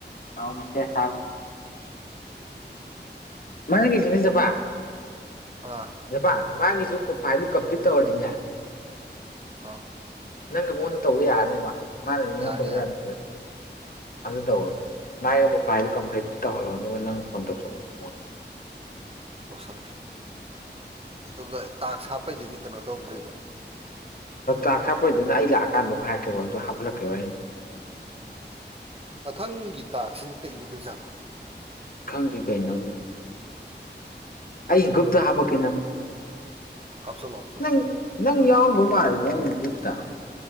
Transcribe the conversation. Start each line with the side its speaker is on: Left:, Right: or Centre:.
Left: ꯉꯥꯎ ꯃꯁꯦꯁꯕ ꯃꯥꯥꯏ ꯆ ꯆꯕ
Right: ꯑꯥ
Left: ꯖꯕ ꯃꯥꯒꯤꯁꯨ ꯐꯥꯏꯂ ꯀꯝꯄ꯭ꯂꯤꯠ ꯇꯧꯔꯔꯤꯅꯦ
Right: ꯑꯥ
Left: ꯅꯪꯅ ꯃꯉꯣꯟꯗ ꯇꯧꯕ ꯌꯥꯔꯅꯦꯕ ꯃꯥꯅꯗꯤ ꯅꯪꯉꯣꯟꯗ
Right: ꯌꯥꯔꯦ
Left: ꯇꯧꯕ
Right: ꯌꯥꯔꯦ
Left: ꯌꯥꯗꯕꯗꯣ ꯑꯗꯨ ꯇꯧꯣ ꯃꯥꯏꯒꯕꯨ ꯄꯥꯏꯕ ꯀꯝꯄ꯭ꯂꯦꯟꯇ ꯇꯧꯍꯜꯂꯣ ꯑꯗꯨꯒ ꯅꯪ ꯐꯣꯟ ꯇꯧꯁꯜꯂꯛꯑꯣ ꯃꯣꯟ
Right: <unintelligible> ꯇꯁꯝꯗ ꯑꯗꯨꯒ ꯇꯥꯛ ꯁꯥꯞꯄꯩꯗꯗꯤ ꯀꯩꯅꯣ ꯇꯧꯗ꯭ꯣꯏꯕ
Left: ꯇ ꯍꯥꯞꯄꯩꯗꯨꯅ ꯑꯩ ꯂꯥꯛꯑꯀꯥꯟꯗꯝ ꯍꯥꯔꯛꯦꯕ ꯑꯗꯨꯗꯣ ꯍꯥꯞꯠꯂꯛꯀꯦꯕ ꯑꯩꯅꯣ
Right: ꯎꯝ ꯃꯊꯪꯒꯤ ꯇꯥꯛꯁꯤꯅ ꯀꯩ ꯑꯣꯏꯗꯨꯖꯥꯅꯣ
Left: ꯈꯪꯗꯦ ꯀꯩꯅꯣ ꯑꯗꯨꯗꯤ ꯑꯩ ꯒꯨꯞꯇ ꯍꯥꯄꯛꯀꯤꯅ
Right: ꯍꯥꯞꯆꯜꯂꯣ ꯍꯥꯞꯆꯜꯂꯣ
Left: ꯅꯪ ꯅꯪ ꯌꯥꯎ ꯣꯃꯠꯇ